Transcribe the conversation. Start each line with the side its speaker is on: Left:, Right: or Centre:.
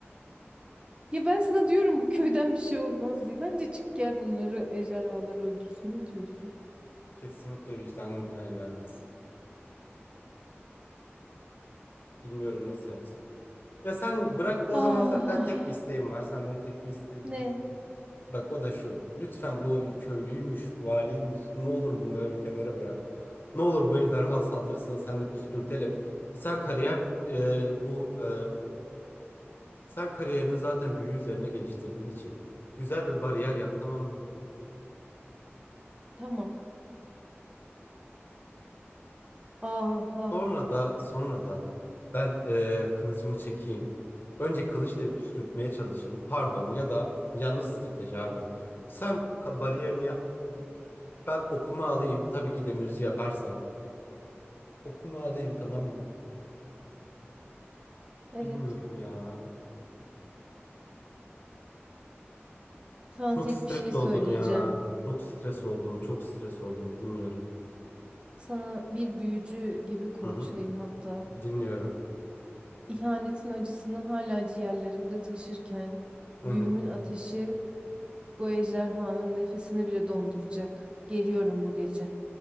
Right: Ya ben sana diyorum bu köyden bir şey olmaz diye. Bence çık gel bunları ejderhaları öldürsün. Ne diyorsun?
Left: Kesinlikle vicdanım buna el vermez. Bilmiyorum nasıl yapsak. Ya sen bırak o
Right: Ah,
Left: zaman senden
Right: ah.
Left: tek bir isteğim var. Senden tek bir isteğim
Right: Ne?
Left: var. Bak o da şu. Lütfen bu köylüymüş, valiymiş. Ne olur bunları bir kenara bırak. Ne olur bu ejderha saldırsın. Sen de püskürtelim. Sen kariyer e, bu e, Sen kariyerini zaten büyü üzerine geliştirdiğin için güzel bir bariyer yap tamam mı?
Right: Tamam. Ah, ah.
Left: Sonra da sonra da ben eee, kılıcımı çekeyim. Önce kılıçla bir püskürtmeye çalışayım. Pardon ya da yanlış strateji abi. Sen ka- bariyerini yap. Ben okuma alayım. Tabii ki demirci yaparsa. Okuma alayım tamam mı?
Right: Evet.
Left: Bilmiyorum ya.
Right: Sana
Left: Çok
Right: tek
Left: stres
Right: bir şey
Left: oldum
Right: söyleyeceğim.
Left: ya. Çok stres oldum. Çok stres oldum. Dinliyorum.
Right: Sana bir büyücü gibi konuşayım
Left: Hı hı.
Right: hatta.
Left: Dinliyorum.
Right: İhanetin acısını hala ciğerlerimde taşırken,
Left: Hı
Right: büyümün
Left: hı.
Right: ateşi bu ejderhanın nefesini bile donduracak. Geliyorum bu gece.